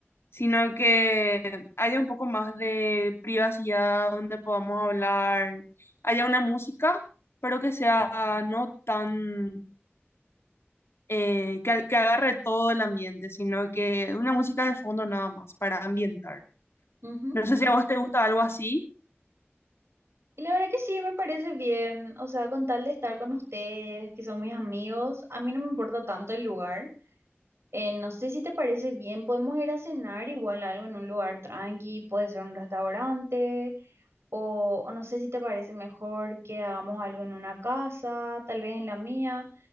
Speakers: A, on the left; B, on the right.
A: sino que haya un poco más de privacidad, donde podamos hablar, haya una música, pero que sea no tan eh, que, que agarre todo el ambiente, sino que una música de fondo nada más para ambientar.
B: Ujú.
A: No sé si a vos te gusta algo así.
B: Y la verdad que sí, me parece bien. O sea, con tal de estar con ustedes, que son mis amigos, a mí no me importa tanto el lugar. Eh, no sé si te parece bien, podemos ir a cenar igual algo en un lugar tranqui, puede ser un restaurante, o, o no sé si te parece mejor que hagamos algo en una casa, tal vez en la mía,